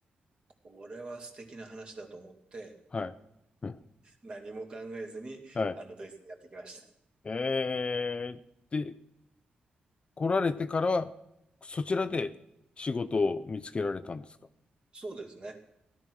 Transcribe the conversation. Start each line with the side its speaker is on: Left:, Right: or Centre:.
Right: これは素敵な話だと思って、
Left: はい。うん
Right: 何も考えずに、
Left: はい。
Right: あの、ドイツにやってきました。
Left: えー、で、来られてから、そちらで仕事を見つけられたんですか
Right: そうですね。